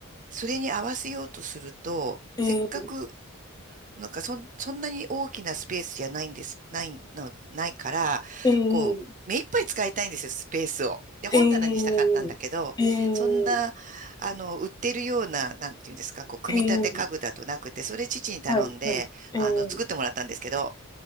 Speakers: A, on the right; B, on the left.
A: それに合わせようとすると、
B: ええ
A: せっかくなんかそん、そんなに大きなスペースじゃないんです、ないの、ないから、
B: ええ
A: こう、目いっぱい使いたいんですよ、スペースを。で、本棚にしたかったんだけど、
B: ええええ
A: そんな、あの、売ってるような、なんていうんですか、こう、組み立て家具だとなくて、
B: ええ
A: それ父に頼んで、
B: はい、はい。ええ
A: あの、作ってもらったんですけど、